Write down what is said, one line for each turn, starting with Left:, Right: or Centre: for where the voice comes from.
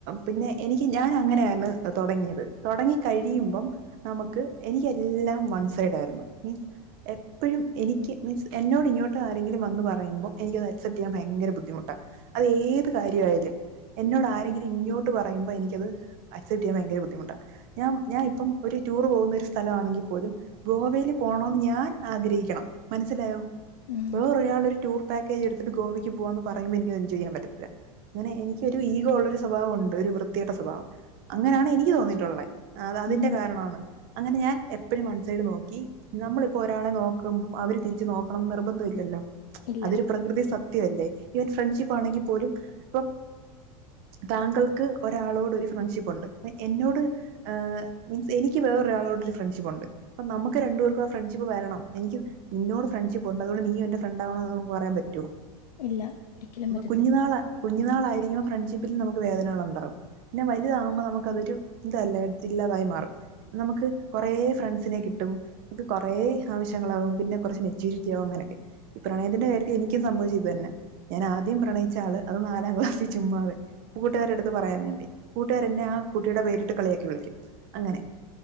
Right: പിന്നെ എനിക്ക് ഞാൻ അങ്ങനെയാര്ന്ന് തുടങ്ങിയത് തുടങ്ങി കഴിയുമ്പം നമുക്ക് എനിക്ക് എല്ലാം വൺ സൈഡ് ആയിരുന്നു മീൻസ് എപ്പഴും എനിക്ക് മീൻസ് എന്നോട് ഇങ്ങോട്ട് ആരെങ്കിലും വന്ന് പറയുമ്പോ എനിക്ക് അത് അക്സെപ്റ്റ് ചെയ്യാൻ ഭയര ബുദ്ധിമുട്ടാ അത്ഏ കാര്യമായാലും എന്നോട് ആരെങ്കിലും ഇങ്ങോട്ട് പറയുമ്പോ എനിക്കത് അക്സെപ്റ്റ് ചെയ്യാൻ ഭയങ്കര ബുദ്ധിമുട്ടാ ഞാൻ ഞാൻ ഇപ്പം ഒരു ടൂർ പോകുന്ന ഒരു സ്ഥലം ആണെങ്കിൽ പോലും ഗോവയിൽ പോകണോന്ന് ഞാൻ ആഗ്രഹിക്കണം മനസ്സിലായോ
Left: ഉം,
Right: വേറെ ഒരാളൊരു ടൂർ പാക്കേജ് എടുത്തിട്ട് ഗോവയ്ക്ക് പോവാന്ന് പറയുമ്പോ എനിക്കത് എൻജോയ് ചെയ്യാൻ പറ്റത്തില്ല അങ്ങനെ എനിക്ക് ഒരു ഈഗോ ഉള്ള ഒരു സ്വഭാവം ഉണ്ട് ഒരു വൃത്തികെട്ട സ്വഭാവം അങ്ങനെയാണ് എനിക്ക് തോന്നിയിട്ടുള്ള അതിന്റെ
Left: ഉം.
Right: കാരണമാണ് അങ്ങനെ ഞാൻ എപ്പോഴും വൺസൈഡ് നോക്കി നമ്മളിപ്പോ ഒരാളെ നോക്കുമ്പോൾ അവര് തിരിച്ച് നോക്കണം ന്ന് നിർബന്ധം ഇല്ലല്ലോ
Left: ഇല്ല
Right: അതൊരു പ്രകൃതിസത്യം അല്ലേ ഈ ഒരു ഫ്രണ്ട്ഷിപ്പ് ആണെങ്കി പോലും ഇപ്പം താങ്കൾക്ക് ഒരാളോട് ഒരു ഫ്രണ്ട്ഷിപ്പ് ഉണ്ട് എന്നോട് മീൻസ് എനിക്ക് വേറെഒരാളോട് ഫ്രണ്ട്ഷിപ്പ്ണ്ട് നമുക്ക് രണ്ടുപേർക്കും ആ ഫ്രണ്ട്ഷിപ്പ് വരണം എനിക്ക് നിന്നോട് ഫ്രണ്ട്ഷിപ്പ് ഉണ്ട് അതൊണ്ട് നീ എന്റെ ഫ്രണ്ട് ആവണോന്ന് പറയാൻ പറ്റോ
Left: ഇല്ല ഒരിക്കലും പറ്റ
Right: കുഞ്ഞു നാള കുഞ്ഞു നാളായി ഫ്രണ്ട്ഷിപ്പിൽ നമുക്ക് വേദനകൾണ്ടാകും പിന്നെ വലുതാകുമ്പോൾ നമുക്കതൊ ഇതല്ല ഇല്ലാതായി മാറും നമുക്ക് കുറേ ഫ്രണ്ട്സിനെ കിട്ടും നമുക്ക് കൊറേ ആവശ്യങ്ങളാവും പിന്നെ കുറച്ച് മെച്ചൂരിറ്റി ആകും അങ്ങനൊക്കെ ഈ പ്രണയത്തിന്റെ കാര്യത്തിൽ എനിക്കും സംഭവിച്ചത് ഇത് തന്നാ ഞാൻ ആദ്യം പ്രണയിച്ച അത് നാലാം ക്ലാസിൽ ചുമ്മാതെ കൂട്ടുകാരഅടുത്ത് പറയാൻ വേണ്ടി കൂട്ടുകാരഎന്നെ ആ കുട്ടിയുടെ പേരിട്ട് കളിയാക്കി വിളിക്കും അങ്ങനെ